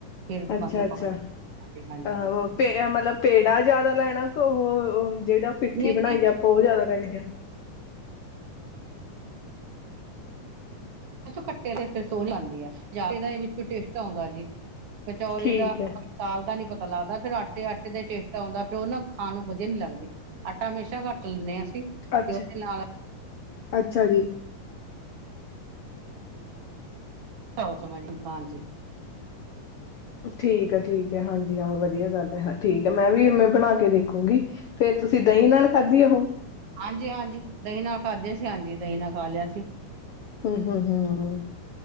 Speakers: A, on the right; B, on the left.
A: ਫੇਰ
B: ਅੱਛਾ-ਅੱਛਾ
A: ਮਤਲਬ ਪਾ ਹਾਂਜੀ ਹਾਂਜੀ
B: ਆਹੇ
A: ਹਾਂਜੀ
B: ਮਤਲਬ ਪੇੜਾ ਜਿਆਦਾ ਲੈਣਾ ਕਿ ਔਹੋ ਜਿਹੜਾ ਪਿੱਠੀ
A: ਨਹੀਂ ਨਹੀਂ
B: ਬਣਾਈਏ ਆਪਾਂ ਉਹ ਜਿਆਦਾ। ਲੈਣੀ ਐ।
A: ਕੱਟੇ ਤੇ ਫਿਰ ਸੋਹ ਆਂਦੀ ਆ ਜਾ ਦਾ ਵਿੱਚੋਂ ਟੇਸਟ ਆਦਾ ਜੀ। ਕਚੋਰੀ
B: ਠੀਕ
A: ਦਾ
B: ਹੈ।
A: ਪਕਾਲ ਦਾ ਨੀ ਪਤਾ। ਪਤਾ ਲੱਗਦਾ ਫੇਰ ਆਟੇ-ਆਟੇ ਦਾ ਚੇਟ ਆਦਾ ਫਿਰ ਉਹ ਨਾ ਖਾਣ ਨੂੰ ਵਧੀਆ ਨੀ ਲਗਦੀ ਆਟਾ ਹਮੇਸ਼ਾ ਘੱਟ ਲੈਂਨੇ ਆ ਅਸੀ। ਤੇ
B: ਅੱਛਾ।
A: ਉਥੇ ਨਾਲ,
B: ਅੱਛਾ ਜੀ,
A: ਹੋ ਸਮਝ ਹਾਂਜੀ,
B: ਠੀਕ ਹੈ ਠੀਕ ਹੈ, ਹਾਂਜੀ ਹਾਂ ਵਧੀਆ ਗੱਲ ਐ ਹਾਜੀ। ਠੀਕ ਹੈ ਮੈਂ ਵੀ ਬਣਾ ਕੇ ਦੇਖੋ। ਗੀ, ਫੇਰ ਤੁਸੀਂ ਦਹੀਂ ਨਾਲ ਖਾਧੀ ਆ ਹੁਣ?
A: ਹਾਂਜੀ-ਹਾਂਜੀ ਦਹੀਂ ਨਾਲ ਖਾਦਿਆਂ ਸੀ ਹਾਂਜੀ ਦਹੀਂ ਨਾਲ ਖਾ ਲਿਆ ਸੀ।
B: ਹੂੰ-ਹੂੰ-ਹੂੰ,